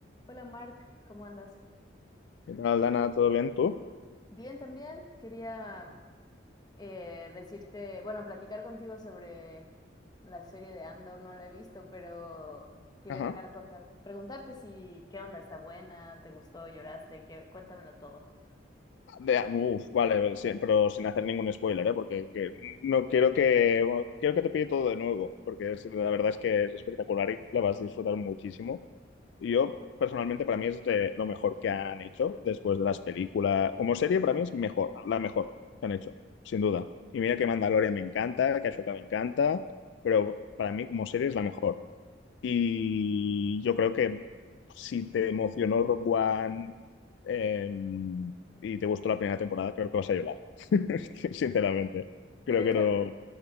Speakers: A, on the left (about 20°); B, on the left (about 70°).
A: Hola Mark, ¿cómo andas?
B: ¿Qué tal, Dana? ¿Todo bien tú?
A: Bien, también quería eh, decirte, bueno, platicar contigo sobre la serie de Andor, no la he visto, pero quería
B: Ajá.
A: contar, preguntarte si qué onda, está buena, te gustó, lloraste, qué, cuéntamelo todo.
B: De- uf, vale, pero sí, pero sin hacer ningún spoiler, ¿eh? Porque que- no quiero que bueno, quiero que te pille todo de nuevo, porque es- la verdad es que es espectacular y la vas a disfrutar muchísimo. Y Yo, personalmente, para mí es de lo mejor que han hecho después de las películas. Como serie, para mí es mejor, la mejor que han hecho, sin duda. Y mira que Mandalorian me encanta, que Ashoka me encanta, pero para mí como serie es la mejor. Y yo creo que si te emocionó Rock One em, y te gustó la primera temporada, creo que vas a llorar. <laughs> Sinceramente. Creo
A: Sí, de
B: que
A: hecho,
B: no.